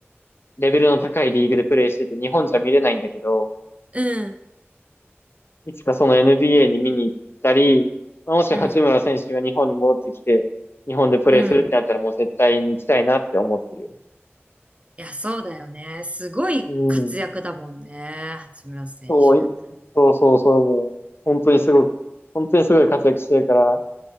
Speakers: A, on the left; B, on the right.
A: レベルの高いリーグでプレーしてて、日本じゃ見れないんだけど、
B: うん。
A: いつかその NBA に見に行ったり、まあもし八村選手が日本に戻ってきて、
B: うん。
A: 日本でプレーするってなったらもう絶対に行きたいなって思ってるよ。
B: うん。いや、そうだよね。すごい活躍だもんね。
A: うん。
B: 八村選手。
A: そうそうそうそう、もう、本当にすごく、本当にすごい活躍してるから、